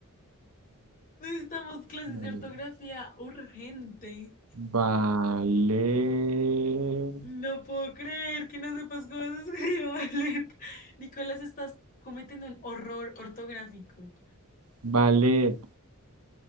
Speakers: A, on the left (about 40°); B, on the right (about 85°).
A: Necesitamos clases
B: Ballet.
A: de ortografía urgente.
B: Ballet.
A: No puedo creer que no sepas cómo se escribe ballet. <laughs> Nicolás, estás cometiendo un horror ortográfico.
B: Ballet.